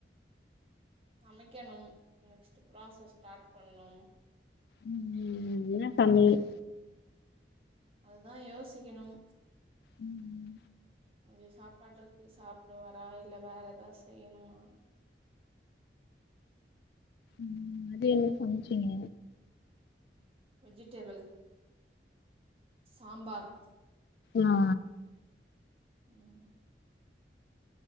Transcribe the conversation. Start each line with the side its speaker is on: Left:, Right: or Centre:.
Right: சமைக்கணும் நெக்ஸ்ட்டு ப்ராசஸ் ஸ்டார்ட் பண்ணும்
Left: ம் என்னா சமையல்
Right: அதுதா யோசிக்கணும்
Left: ம்
Right: அது சாப்பாடு இருக்கு சாப்டுவாரா இல்ல வேற ஏதாது செய்யணுமா
Left: ம் மதியோ என்ன சம்ச்சீங்க
Right: வெஜிடேபிள் சாம்பார்
Left: நா
Right: ம்